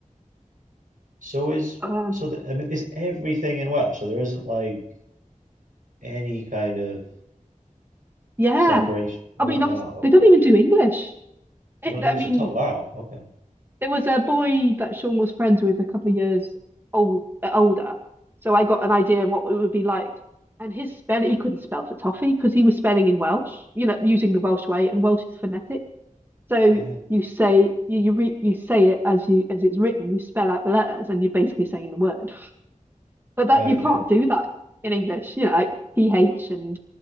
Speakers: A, on the right; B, on the right.
A: So is
B: Um,
A: so the, I mean, is everything in Welsh? So there isn't like any kind of
B: yeah.
A: separation. Right,
B: I mean,
A: wow,
B: obviously, they don't
A: okay.
B: even do English. It,
A: You don't English
B: I mean,
A: at all? Wow, okay.
B: there was a boy that Sean was friends with a couple of years old, uh, older. So I got an idea of what it would be like. And his spell, he couldn't spell for toffee because he was spelling in Welsh, you know, using the Welsh way, and Welsh is phonetic. So
A: Yeah,
B: you say you you, re you say it as you as it's written. You spell out the letters, and you're basically saying the word. But
A: right,
B: that you
A: yeah.
B: can't do that in English. You know, like PH and